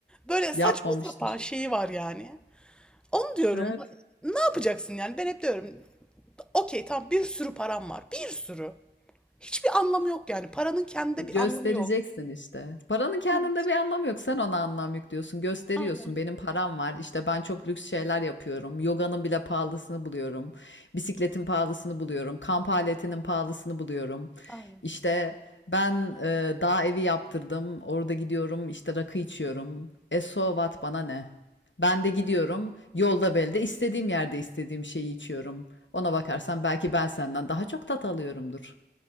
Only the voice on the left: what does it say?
Yapmamıştır.
Ee,
Göstereceksin
işte. Paranın kendinde
bir anlamı yok. Sen ona anlam yüklüyorsun. Gösteriyorsun.
Benim param var. İşte ben çok lüks şeyler yapıyorum. Yoganın bile pahalısını buluyorum. Bisikletin pahalısını buluyorum. Kamp aletinin pahalısını buluyorum.
İşte ben e, dağ evi yaptırdım. Orada gidiyorum. işte rakı içiyorum. E so what bana ne? Ben de gidiyorum. Yolda belde istediğim yerde istediğim şeyi içiyorum. Ona bakarsan belki ben senden daha çok tat alıyorumdur.